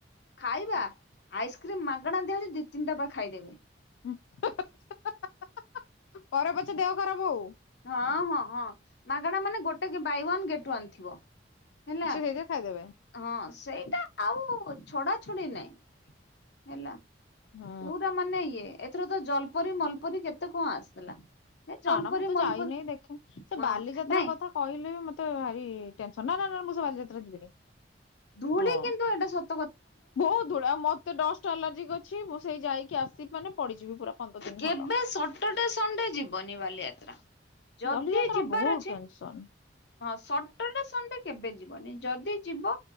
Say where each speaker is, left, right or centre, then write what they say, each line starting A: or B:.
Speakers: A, on the left; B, on the left.
A: ଖାଇବା ଆଇସ୍କ୍ରିମ ମାଗଣା ଦିଆହେଲେ ଦି ତିନିଟା ବା ଖାଇଦେବେ।
B: <unintelligible> ପରେ ପଛେ ଦେହ ଖରାପ ହଉ।
A: ହଁ ହଁ ହଁ ମାଗଣା ମାନେ ଗୋଟେ ବାଇ ୱନ୍ ଗେଟ ୱାନ୍ ଥିବ। ହେଲା
B: ସେ ସେଇଥିରେ ଖାଇଦେବେ
A: ହଁ ସେଇଟା ଆଉ ଛଡା ଛଡ଼ି ନହିଁ ହେଲା
B: ହୁଁ
A: ପୁରା ମାନେ ଇଏ। ଏଥର ତ ଜଲ୍ପରୀ ମଲ୍ପରୀ କେତେ କଣ ଆସିଥିଲା? ଏ ଜଲପରି
B: ନା ନା ମୁଁ ତ
A: ମଲପରି
B: ଯାଇନିଁ ଦେଖିନି, ସେ
A: ହଁ
B: ବାଲିଯାତ୍ରା
A: ନାଇଁ
B: କଥା କହିଲେ ତ ଭାରି ଟେନସନ ନା ନା ନା ମୁଁ ସେ ବାଲିଯାତ୍ରା ଯିବିନି।
A: ଧୂଳି
B: ହଁ।
A: କିନ୍ତୁ ଏଟା ସତ୍
B: ବହୁତ ଧୂଳି ମତେ ଡଷ୍ଟ ଆଲାର୍ଜି କ୍ ଅଛି ମୁଁ ସେଇ ଯାଇକି ଆସିି ମାନେ ପଡିଯିବି ପୁରା ପନ୍ଦର ଦିନ
A: କେବେ
B: ଖଣ୍ଡ।
A: ସଟରଡେ ସଣ୍ଡେ ଯିବନି ବାଲିଯାତ୍ରା। ଯଦି
B: ବାଲିଯାତ୍ରା
A: ଯିବାର
B: ବହୁତ
A: ଅଛି
B: ଟେନସନ
A: ହଁ ସ୍ ସଟର୍ଡେ ସଣ୍ଡେ କେବେ ଯିବନି ଯଦି ଯିବ